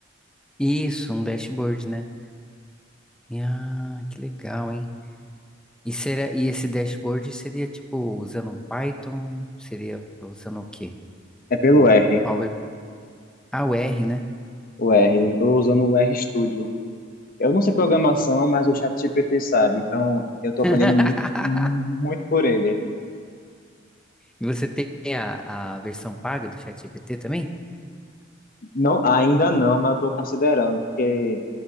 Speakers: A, in the centre; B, on the left (about 50°).
A: Isso, um dashboard, né? E, ah, que legal, hein? E, será, e esse dashboard seria tipo usando um Python? Seria usando o quê?
B: É pelo
A: Um
B: R,
A: Power. Ah, o R, né?
B: o R. Eu estou usando o R Studio. Eu não sei programação, mas o ChatGPT sabe, então eu estou aprendendo
A: <laughs>
B: muito, muito por ele.
A: E você tem a, a versão paga do ChatGPT também?
B: Não, ainda não, mas eu estou considerando, porque